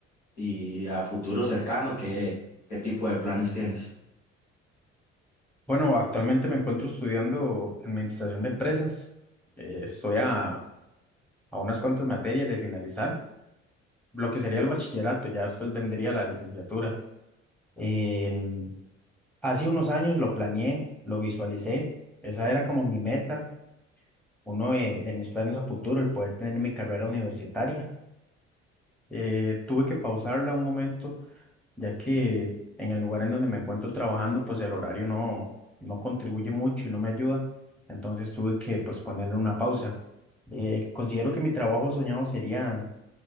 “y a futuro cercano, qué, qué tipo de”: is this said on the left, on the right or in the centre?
Left